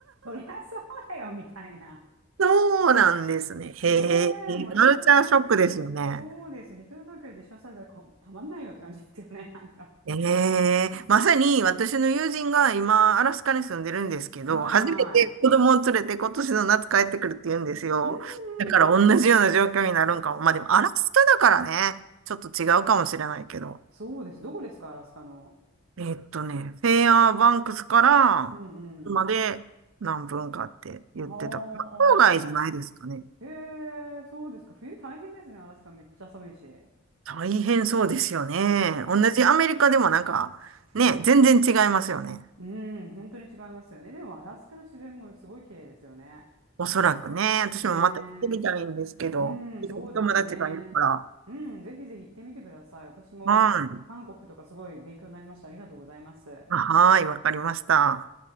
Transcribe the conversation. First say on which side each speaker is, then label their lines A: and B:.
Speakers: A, on the right; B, on the right.
A: そりゃそうだよ、みたいな。
B: そうなんですね。へえ、
A: ねえ、もうリトル東京。
B: カルチャーショックですよね。
A: そうです。リトル東京で一緒にされたらこたまんないよって感じですよね、<laughs> なんか。
B: ええまさに私の友人が今、アラスカに住んでるんですけど、
A: はいは
B: 初めて子供を連れて今年の夏帰ってくるって言うんですよ。
A: い。うんうんうん。
B: だから同じような状況になるんかも。まあでもアラスカだからね、ちょっと違うかもしれないけど。
A: そうです。どこですか、アラスカの。
B: えっとね、フェアバンクスから車で何分かって言ってた。
A: うんうん。はあ。
B: まあ郊外じゃないですかね。
A: へえ、そうですか。冬大変ですね、アラスカめっちゃ寒いし。う
B: 大変そうですよね。
A: ん
B: 同じアメリカでもなんか、ね、全然違いますよね。
A: うん、本当に違いますよね。でも、アラスカの自然もすごい綺麗ですよね。
B: おそらくね、私もまた行ってみたいんですけど、
A: ねえ。うん、そうですね。
B: 友達がいるから。
A: うん、ぜひぜひ行ってみてください。私も韓国とかすごい勉強になりました。
B: はい。
A: ありがとうございます。
B: あはい、わかりました。